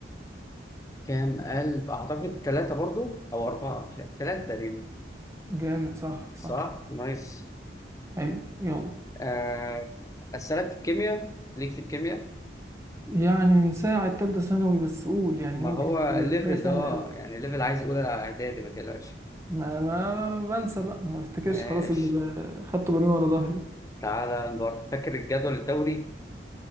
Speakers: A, on the left; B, on the right.
A: كام قلب أعتقد ثلاثة برضو أو أربعة مش عارف. ثلاثة تقريبا
B: جامد صح
A: صح
B: صح
A: نايس
B: حلو يلا
A: آه أسألك في الكيمياء ليك في الكيمياء
B: يعني من ساعة تالتة ثانوي بس قول يعني
A: ما
B: ممكن
A: هو
B: كده
A: ليفل
B: لو حاجة سهلة
A: ده اه
B: أوي
A: يعني ليفل عايز اولى اعدادي ما تقلقش
B: ما أنا ما ما- ما بنسى بقى ما بفتكرش
A: ماشي
B: خلاص اللي ب- خدته برمي ورا ظهري
A: تعالى نجرب فاكر الجدول الدوري